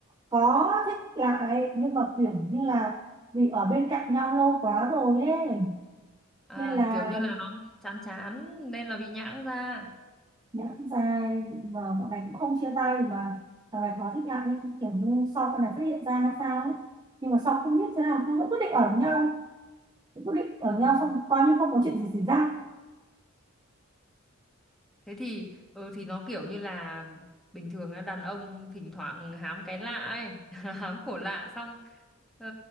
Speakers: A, on the right; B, in the centre.
A: có thích lại nhưng mà kiểu như là vì ở bên cạnh nhau lâu quá rồi ấy
B: À,
A: nên là
B: kiểu như là nó chán chán nên là bị nhãng ra.
A: nhận dài và bọn này cũng không chia tay mà thằng này có thích lại nhưng kiểu như sau con này phát hiện ra sao ấy. nhưng mà sau không biết thế nào cứ quyết định ở nhau quyết định ở
B: À,
A: nhau xong coi như không có chuyện gì xảy ra
B: thế thì ừ, thì nó kiểu như là bình thường á, đàn ông thỉnh thoảng hám cái lạ ấy, <laughs> hám cổ lạ xong ờ,